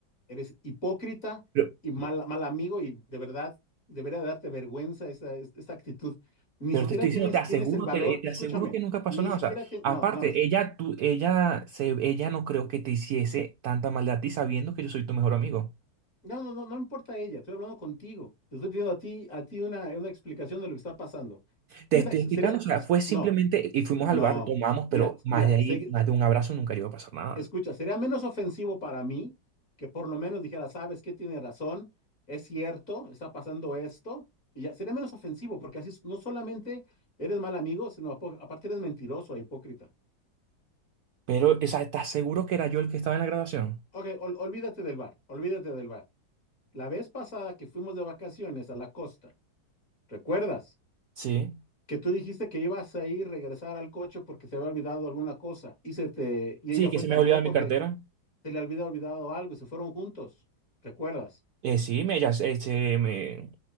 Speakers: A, on the left; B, on the right.
A: Eres hipócrita
B: pero,
A: y mal, mal amigo y de verdad debería darte vergüenza esa, es- esa actitud. Ni
B: pero
A: siquiera
B: te estoy
A: tienes,
B: diciendo, te aseguro,
A: tienes el valor,
B: te, te
A: escúchame,
B: aseguro que nunca pasó
A: ni
B: nada.
A: siquiera
B: O sea,
A: tienes,
B: aparte,
A: no, no, no,
B: ella, tú, ella, se, ella no creo que te hiciese tanta maldad a ti sabiendo que yo soy tu mejor amigo.
A: No, no, no, no me importa ella, estoy hablando contigo. Te estoy pidiendo a ti, a ti una, una explicación de lo que está pasando. Fíjate,
B: Te estoy
A: sería,
B: explicando, o sea, fue simplemente,
A: no,
B: y fuimos
A: no,
B: al bar, tomamos,
A: mira,
B: pero más
A: mira,
B: de
A: segui-
B: ahí, más de un abrazo nunca iba a pasar nada.
A: escucha, sería menos ofensivo para mí que por lo menos dijera, sabes que tiene razón, es cierto, está pasando esto, y ya, sería menos ofensivo, porque así no solamente eres mal amigo, sino apo- aparte eres mentiroso e hipócrita.
B: Pero, o sea, ¿estás seguro que era yo el que estaba en la graduación?
A: Ok, ol- olvídate del bar, olvídate del bar. La vez pasada que fuimos de vacaciones a la costa, ¿recuerdas?
B: Sí.
A: que tú dijiste que ibas a ir regresar al coche porque se había olvidado alguna cosa y se te y
B: Sí,
A: ella
B: que
A: fue
B: se
A: también
B: me había olvidado mi
A: porque
B: cartera.
A: se le había olvidado algo y se fueron juntos, ¿recuerdas?
B: Eh, sí, me, ella se, se me,